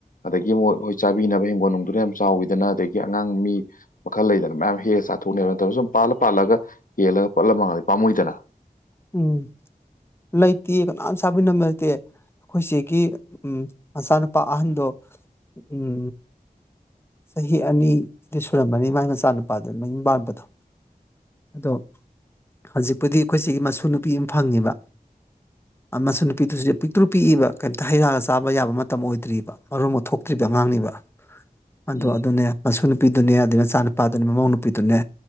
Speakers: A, on the left; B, on the left.
A: ꯑꯗꯥꯒꯤ ꯃꯨꯛ ꯍꯣꯏ ꯆꯥꯕꯤꯅꯕ ꯍꯤꯡꯒꯣꯟꯅꯨꯡꯗꯨꯗ ꯌꯥꯝ ꯆꯥꯎꯋꯤꯗꯅ ꯑꯗꯒꯤ ꯑꯉꯥꯡ ꯃꯤ ꯃꯈꯜ ꯂꯩꯗꯅ ꯃꯌꯥꯝ ꯍꯦꯜꯑꯥ ꯆꯥꯊꯣꯛꯅꯦꯕ ꯅꯠꯇꯕ ꯁꯨꯝ ꯄꯥꯜꯂ-ꯄꯥꯜꯂꯒ ꯀꯦꯜꯂꯒ ꯄꯠꯂ ꯃꯥꯡꯂꯗꯤ ꯄꯥꯝꯃꯨꯏꯗꯅ
B: ꯎꯝ ꯂꯩꯇꯤꯌꯦ ꯀꯅꯥꯝ ꯁꯥꯕꯤꯅꯕ ꯂꯩꯇꯦ ꯑꯈꯣꯏꯆꯦꯒꯤ ꯎꯝ ꯃꯆꯥꯅꯨꯄꯥ ꯑꯍꯥꯟꯗꯣ ꯎꯝ ꯆꯍꯤ ꯑꯅꯤ-ꯗꯤ ꯁꯨꯔꯝꯃꯅꯤ ꯃꯥꯏ ꯃꯆꯥꯅꯨꯄꯥꯗꯨ ꯃꯌꯨꯝ ꯄꯥꯟꯕꯗꯣ ꯑꯗꯣ ꯍꯧꯖꯤꯛꯄꯨꯗꯤ ꯑꯈꯣꯏꯆꯦꯒꯤ ꯃꯁꯨ ꯅꯨꯄꯤ ꯑꯃ ꯐꯪꯑꯦꯕ ꯑ ꯃꯁꯨꯅꯨꯄꯤꯗꯨꯖꯨ ꯄꯤꯛꯇ꯭ꯔꯨ ꯄꯤꯛꯏꯕ ꯀꯩꯝꯇ ꯍꯩꯔꯥꯒ ꯆꯥꯕ ꯌꯥꯕ ꯃꯇꯝ ꯑꯣꯏꯗ꯭ꯔꯤꯕ ꯃꯔꯣꯟꯕꯨ ꯊꯣꯛꯇ꯭ꯔꯤꯕ ꯑꯉꯥꯡꯅꯤꯕ ꯑꯗꯨ
A: ꯎꯝ
B: ꯑꯗꯨꯅꯦ ꯃꯁꯨ ꯅꯨꯄꯤꯗꯨꯅꯦ ꯑꯗꯨ ꯃꯆꯥ ꯅꯨꯄꯥꯗꯨꯅꯦ ꯃꯃꯧ ꯅꯨꯄꯤꯗꯨꯅꯦ